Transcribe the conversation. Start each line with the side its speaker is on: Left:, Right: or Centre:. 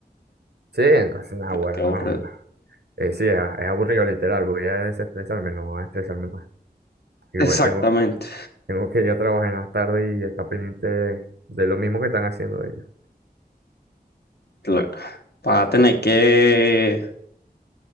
Right: Sí, entonces, naguará,
Left: Qué, qué aburrido.
Right: no, Eh, sí, es, es aburrido, literal. Voy a desestresarme, no a estresarme más. Igual
Left: Exactamente.
Right: tengo, tengo que ir a trabajar en las tardes y estar pendiente de lo mismo que están haciendo ellos.
Left: Claro. Vas a tener que,